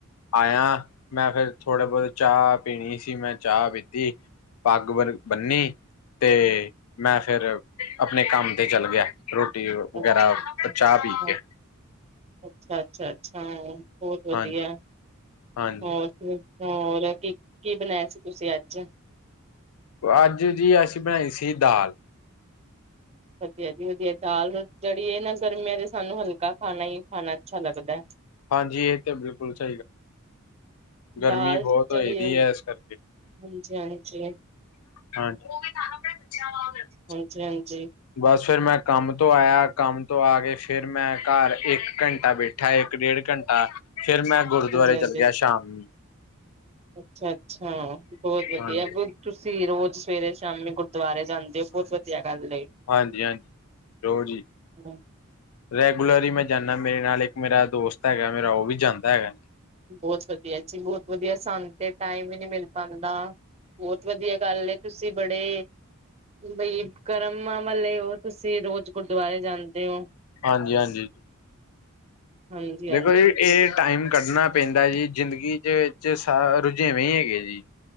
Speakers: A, on the left (about 85°); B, on the right (about 30°).
A: ਆਇਆ, ਮੈਂ ਫਿਰ ਥੋੜੇ ਬੌਤੇ ਚਾਅ ਪੀਣੀ ਸੀ ਮੈਂ ਚਾਹ ਪੀਤੀ। ਪੱਗ ਬ ਬੰਨੀ ਤੇ ਮੈਂ ਫਿਰ ਆਪਣੇ ਕੰਮ ਤੇ ਚਲ ਗਿਆ ਰੋਟੀ, ਵਗੈਰਾ
B: ਅੱਛਾ
A: ਤੇ
B: ਅੱਛਾ
A: ਚਾਅ ਪੀ ਕੇ।
B: ਅੱਛਾ ਛਾ -ਛਾ ਬੋਤ ਵਧੀਆ,
A: ਹਾਂਜੀ ਹਾਂਜੀ
B: ਹੋਰ। ਹੋਰ ਕੀ ਕੀ ਬਣਿਆ ਸੀ ਤੁਸੀਂ ਅੱਜ?
A: ਅੱਜ ਜੀ ਅਸੀਂ ਬਣਾਈ ਸੀ ਦਾਲ।
B: ਵਧੀਆ ਜੀ ਵਧੀਆ ਦਾਲ ਜਹੜੀ ਏ ਨਾ ਗਰਮੀਆਂ ਦੇ ਸਾਨੂੰ ਹਲਕਾ ਖਾਣਾ ਹੀ ਖਾਣਾ ਅੱਛਾ ਲੱਗਦਾ।
A: ਹਾਂਜੀ ਏ ਤੇ ਬਿਲਕੁਲ ਸ ਗਰਮੀ
B: ਦਾਲ
A: ਬੋਤ
B: ਜਿਹੜੀ
A: ਹੋ ਰਹੀ ਹੈ ਇਸ ਕਰਕੇ
B: ਹਾਂਜੀ ਹਾਂਜੀ ਹਾਂਜੀ
A: ਹਾਂਜੀ <unintelligible>
B: ਹਾਂਜੀ -ਹਾਂਜੀ।
A: ਬਸ ਫਿਰ ਮੈਂ ਕੰਮ ਤੋਂ ਆਇਆ ਕੰਮ ਤੋਂ ਆ ਕੇ ਫਿਰ ਮੈਂ ਘਰ ਇੱਕ ਘੰਟਾ ਬੈ ਠਾ ਇੱਕ- ਡੇਢ ਘੰਟਾ, ਫਿਰ ਮੈਂ ਗੁਰਦੁਆਰੇ
B: ਹਾਂਜੀ
A: ਚੱਲ ਗਿਆ ਸ਼ਾਮ ਨ
B: ਅੱਛਾ -ਅੱਛਾ। ਬਹੁਤ ਵਧੀਆ
A: ਹਾਂਜੀ,
B: ਬੋ ਤੁਸੀਂ ਰੋਜ਼ ਸਵੇਰੇ ਸ਼ਾਮੀ ਗੁਰਦੁਆਰੇ ਜਾਂਦੇ ਓ ਬਹੁਤ ਵਧੀਆ ਗੱਲ ਏ।
A: ਹਾਂਜੀ -ਹਾਂਜੀ ਰੋ ਜੀ।
B: <unintelligible>
A: ਰੈਗੂਲਰਲ ਮੈਂ ਜਾਂਦਾ ਮੇਰੇ ਨਾਲ ਇੱਕ ਮੇਰਾ ਦੋਸਤ ਹੈਗਾ ਮੇਰਾ। ਓ ਵੀ ਜਾਂਦਾ ਹੈਗਾ।
B: ਬਹੁਤ ਵਧੀਆ ਜੀ, ਬਹੁਤ ਵਧੀਆ ਸ਼ਾਨ। ਤੇ ਟਾਈਮ ਵੀ ਨਹੀਂ ਮਿਲ ਪਾਉਂਦਾ। ਬਹੁਤ ਵਧੀਆ ਗੱਲ ਏ ਤੁਸੀਂ ਬੜੇ। ਬਈ। ਕਰਮਾਂ ਵਾਲੇ ਉਹ ਤੁਸੀਂ ਰੋਜ਼ ਗੁਰਦੁਆਰੇ ਜਾਂਦੇ ਹੋ।
A: ਹਾਂਜੀ-ਹਾਂਜੀ।
B: ਹਾਂਜੀ ਹਾਂਜੀ
A: ਦੇਖੋ ਜੀ, ਇਹ ਟਾਈਮ ਕੱਢਣਾ ਪੈਂਦਾ ਜੀ। ਜ਼ਿੰਦਗੀ 'ਚ ਵਿੱਚ ਸ ਰੁਝੇਵੇਂ ਹੈਗੇ ਜੀ।